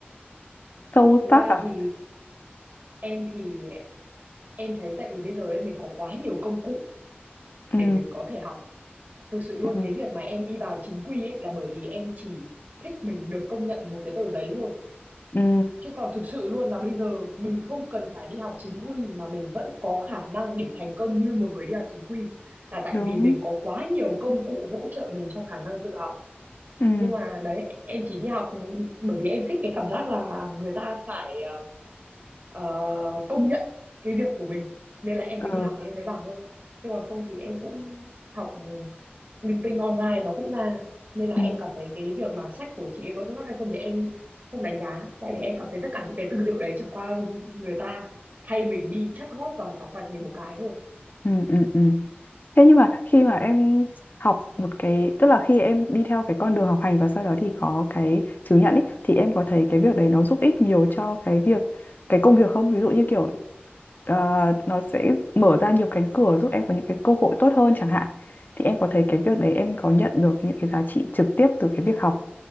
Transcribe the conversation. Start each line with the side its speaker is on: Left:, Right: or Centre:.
Left: sâu
Right: thực
Left: sắc
Right: ra
Left: à?
Right: thì em thì em thấy tại vì bây giờ ấy, mình có quá nhiều công cụ
Left: Ừ,
Right: để mình có thể học thực sự luôn
Left: ừ,
Right: cái việc mà em đi vào chính quy ấy là bởi vì em chỉ thích mình được công nhận một cái tờ giấy thôi
Left: ừ,
Right: Chứ còn thực sự luôn là bây giờ mình không cần phải đi học chính quy mà mình vẫn có khả năng để thành công như một người đi học chính quy là tại
Left: đúng,
Right: vì mình có quá nhiều công cụ hỗ trợ mình trong khả năng tự học.
Left: ừ,
Right: Nhưng mà đấy em chỉ đi học bởi vì em thích cái cảm giác là người ta phải ờ, ờ, công nhận cái việc của mình nên là em
Left: ờ,
Right: mới đi học để em lấy bằng thôi. Chứ còn không thì em cũng học linh tinh online nó cũng ra nên là
Left: ừ,
Right: em cảm thấy cái việc mà sách của chị ấy có xuất sắc hay không thì em không đánh giá tại vì em cảm thấy tất cả những cái tư liệu đấy chẳng qua người ta thay mình đi chắt góp và tóc bạch về một cái thôi
Left: ừ, ừ, ừ. Thế nhưng mà khi mà em học một cái tức là khi em đi theo cái con đường học hành và sau đó thì có cái chứng nhận ý, thì em có thấy cái việc đấy nó giúp ích nhiều cho cái việc cái công việc không? Ví dụ như kiểu ờ, nó sẽ mở ra nhiều cánh cửa giúp em có những cái cơ hội tốt hơn chẳng hạn. Thì em có thấy cái việc đấy em có nhận được những cái giá trị trực tiếp từ cái việc học